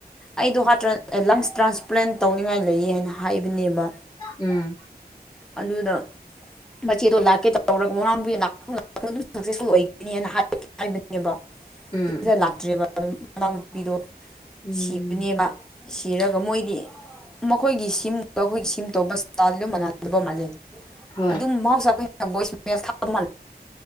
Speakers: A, in the centre; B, on the left.
A: ꯑꯩꯗꯣ ꯍꯥꯠꯇ꯭ꯔꯥ ꯂꯪꯁ ꯇ꯭ꯔꯥꯟꯁꯄ꯭ꯂꯥꯟ ꯇꯧꯅꯤꯡꯉꯥꯏ ꯂꯩꯌꯦ ꯍꯥꯏꯅ ꯍꯥꯏꯕꯅꯦꯕ
B: ꯎꯝ
A: ꯑꯗꯨꯗ ꯃꯆꯦꯗꯣ ꯂꯥꯛꯀꯦ ꯇꯧꯔꯛ <unintelligible> ꯃꯅꯥꯎ ꯅꯨꯄꯤ <unintelligible> ꯑꯗꯨꯝ ꯁꯛꯁꯦꯁꯐꯨꯜ ꯑꯣꯏꯒꯅꯤ <unintelligible> ꯍꯥꯏꯕꯅꯦꯕ
B: ꯎꯝ
A: ꯑꯗꯨꯗ ꯂꯥꯛꯇ꯭ꯔꯦꯕ ꯑꯗꯨꯝ ꯃꯅꯥꯎꯅꯨꯄꯤꯗꯣ
B: ꯎꯝ
A: ꯁꯤꯕꯅꯦꯕ ꯁꯤꯔꯒ ꯃꯣꯏꯗꯤ ꯃꯈꯣꯏꯒꯤ ꯁꯤꯝꯒ ꯑꯩꯈꯣꯏꯒꯤ ꯁꯤꯝ ꯇꯧꯕ ꯏꯁꯇꯥꯏꯜꯁꯨ ꯃꯥꯟꯅꯗꯕ ꯃꯥꯜꯂꯤ
B: ꯍꯣꯏ
A: ꯑꯗꯨꯝ ꯃꯍꯧꯁꯥ ꯑꯩꯈꯣꯏꯅ ꯚꯣꯏꯁ ꯃꯦꯜ